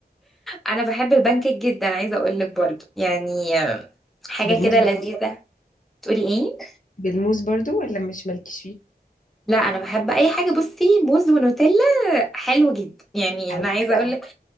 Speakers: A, in the centre; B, on the left.
A: انا بحب البانكيك جدا عايزه اقول لك برضو يعني حاجه
B: بالموز
A: كده
B: برضو
A: لذيذه تقولي ايه
B: بالموز برضو ولا مش مالكش فيه
A: لا انا بحب اي حاجه بصي موز ونوتيلا حلو جدا يعني
B: قوي
A: انا عايزه
B: بقى
A: اقول لك